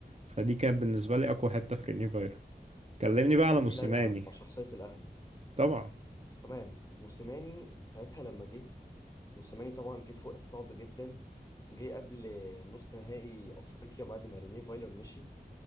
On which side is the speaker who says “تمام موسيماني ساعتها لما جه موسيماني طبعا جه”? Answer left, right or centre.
Left